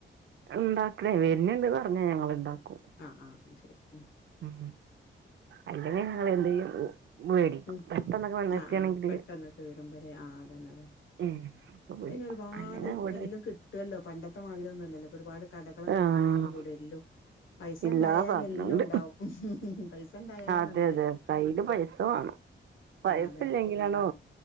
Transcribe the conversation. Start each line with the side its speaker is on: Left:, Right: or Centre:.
Right: ഉണ്ടാക്കലേ വരുന്നുണ്ട് പറഞ്ഞാ ഞങ്ങള് ഉണ്ടാക്കും
Left: ആഹ് ആഹ് അയി ശരി ഉം
Right: ഉം അല്ലെങ്കിൽ ഞങ്ങള് എന്തേലും ചെയ്യും മേടിക്കും
Left: ഉം
Right: പെട്ടെന്നൊക്കെ വന്നിട്ടാണെങ്കില്
Left: ആഹ് ആഹ് പെട്ടെന്നൊക്കെ വരുമ്പോലേ ആഹ് അതന്നെ അതന്നെ
Right: ഉം അപ്പൊ മേടിക്കും
Left: പിന്നെ ഒരുപാട്
Right: അല്ലെങ്കിൽ ഇവിടെ
Left: എല്ലും കിട്ടുവല്ലോ പണ്ടത്തെ മാതിരിയൊന്നുമല്ലല്ലോ ഒരുപാട് കടകളൊക്കെ
Right: ആഹ്
Left: വന്നീനോട് കൂടെ എല്ലോ പൈസ
Right: എല്ലാ
Left: ഉണ്ടായാലെല്ലോം
Right: സാധനവും ഉണ്ട്
Left: ഉണ്ടാവും പൈസ ഉണ്ടായാല്
Right: അതെ
Left: മതിവറ
Right: അതെ കയ്യില് പൈസ വാണം പയസ്സില്ലെങ്കിലാണോ
Left: അതന്നെ